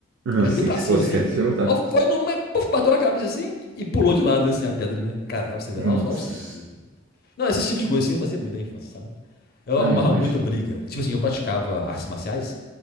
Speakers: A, on the left (about 50°); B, on the right (about 70°).
A: Eu joguei
B: Assim,
A: pra
B: se
A: cima,
B: fosse
A: assim,
B: reto, já matava.
A: ó foi no meio, puf, bateu na cabeça assim, e pulou de lado, assim, a pedra, né? Caralho, você vê,
B: Nossa.
A: lá, o serviço, velho. Não, esse tipo de coisa, assim, eu fazia muito na infância, sabe? Eu
B: Ai,
A: arrumava
B: mas.
A: muita briga. Tipo assim, eu praticava artes marciais.